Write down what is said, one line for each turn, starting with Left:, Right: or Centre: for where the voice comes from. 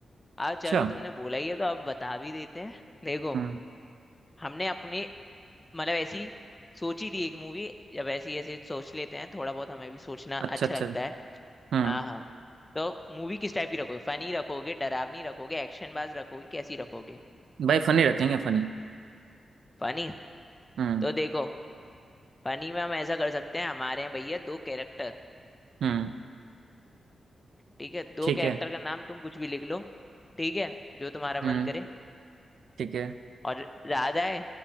Right: अच्छा
Left: अब चलो तुमने बोला ही है तो अब बता भी देते हैं देखो
Right: हम्म
Left: हमने अपने मतलब ऐसी सोची थी एक मूवी जब ऐसी ऐसे सोच लेते हैं थोड़ा बहुत हमें भी सोचना
Right: अच्छा
Left: अच्छा
Right: अच्छा
Left: लगता है
Right: हम्म
Left: हाँ हाँ तो मूवी किस टाइप की रखोगे फनी रखोगे डरावनी रखोगे एक्शन बाज रखोगे कैसी रखोगे
Right: भाई फनी रखेंगे फनी
Left: फनी
Right: हम्म
Left: तो देखो फनी में हम ऐसा कर सकते हैं हमारे हैं भैया दो कैरेक्टर
Right: हम्म
Left: ठीक है दो
Right: ठीक
Left: कैरेक्टर
Right: है
Left: का नाम तुम कुछ भी लिख लो ठीक है जो तुम्हारा मन
Right: हम्म
Left: करे
Right: ठीक है
Left: और ज्यादा है